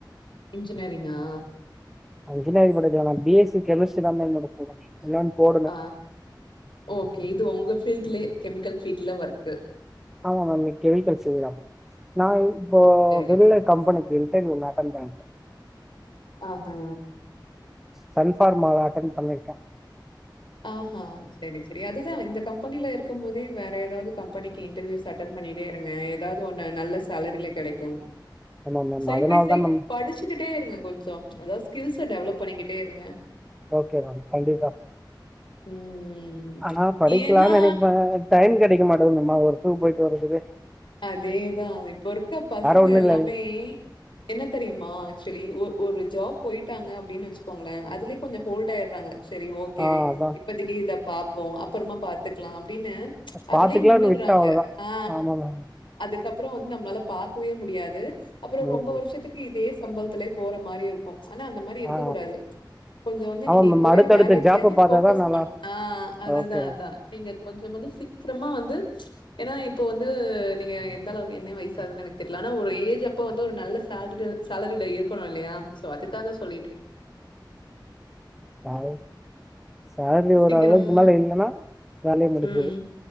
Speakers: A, on the left; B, in the centre.
A: இன்ஜினியரிங்கா
B: இஞ்சினியரிங் போட்டாச்சு மேம் ஆன பி எஸ் சி கெமிஸ்ட்ரி தான் மேம் வரும் எதோ ஒன்னு போடு
A: ஆ ஓகே இது உங்க பீல்டிலே கெமிக்கல் ஃபீல்டுல ஒர்க்
B: ஆமா மேம் கெமிக்கல் பீல்டு தான் நான் இப்போ
A: சரி,
B: விமிலர்
A: சரி.
B: கம்பெனி இன்டெர்வியூ ஒன்னு அட்டென் பண்ணி இருக்கேன்
A: ஆ ஆ
B: சன்பார்மால அட்டன் பண்ணிருக்கே
A: ஆ ஆ செரி செரி அதுதா இந்த கம்பெனில இருக்கும் போதே வேற ஏதாவது கம்பெனிக்கு இன்டர்வியூஸ் அட்டன் பண்ணி இரு இப்டியே இருங்க ஏதாது ஒன்னு நல்ல சேலரியில கெடைக்கோ
B: ஆமா மேம்
A: சைடு
B: அதனால
A: பை சைடு
B: தான் மேம்
A: படிச்சுக்கிட்டே இருங்க கொஞ்சம் அதாவது ஸ்கில்ஸ டெவலப் பண்ணிக்கிட்டே இருங்க
B: ஓகே மேம் கண்டிப்பா
A: ம்.
B: ஆனா படிக்கலாம்
A: ஏன்னா
B: நெனைப்பேன் டைம் கெடைக்க மாட்டேங்கிதும்மா ஒர்க்க்கு போயிட்டு வர்றதுக்கே
A: அதேதான் இப்போ இருக்க பசங்க
B: ஒன்றும்
A: எல்லாமே
B: இல்லை
A: என்ன தெரியுமா ஆக்சுவலி ஒரு ஜாப் போயிட்டாங்க அப்டின் வச்சுக்கோங்களன் அதுலே கொஞ்சம் ஹோல்டு ஆயிடுறாங்க சரி ஓகே
B: ஆ அதான்
A: இப்பதைக்கு இத பாப்போம் அப்பறமா பாத்துக்கலாம் அப்டின்னு அதுலயே
B: பாத்துக்கலாம்னு
A: நின்னிடுறாங்க
B: விட்டேன் அவ்வளோதான்
A: ஆ
B: ஆமா மேம்
A: அதுக்கப்பறம் வந்து நம்மளால பாக்கவே முடியாது அப்பறம்
B: ம்
A: ரொம்ப வருஷத்துக்கு இதே சம்பளத்துலயே போற மாறி இருக்கும் ஆனா அந்த மாறி இருக்க
B: ஆ
A: கூடாது கொஞ்சம் வந்து
B: ஆமா
A: நீங்க
B: மேம்
A: இப்பவே
B: அடுத்தடுத்த
A: வேற எதுலயாவது
B: ஜாப்ப பாத்தாதா
A: போக்கஸ்
B: நல்லா
A: பண்ணு ஆ அதுதான்
B: ஓகே மேம்
A: அதான் நீங்க கொஞ்சம் வந்து சீக்கிரமா வந்து ஏன்னா இப்ப வந் து நீங்க எந்த அளவுக்கு என்ன வயசு ஆகுதுன்னு எனக்கு தெரில ஆன ஒரு ஏஜ் அப்ப வந்து ஒரு நல்ல சேலரி சேலரில இருக்கணும் இல்லையா சோ அதுக்காக சொல்லிட்டு இருக்
B: பாய் சாலரி
A: சீக்கிரம்
B: ஒரு அளவுக்கு மேல இல்லைன்னா வேலைய <unintelligible>
A: ம்.